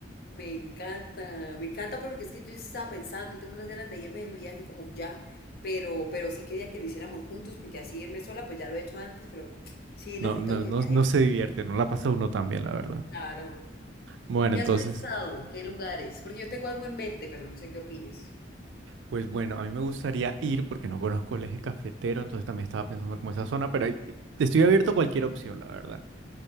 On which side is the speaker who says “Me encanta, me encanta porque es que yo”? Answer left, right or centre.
Left